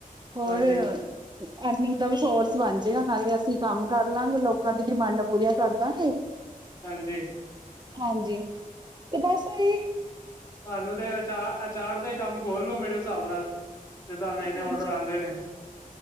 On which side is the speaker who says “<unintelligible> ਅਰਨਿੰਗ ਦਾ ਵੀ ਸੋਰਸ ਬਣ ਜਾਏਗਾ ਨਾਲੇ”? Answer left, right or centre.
Right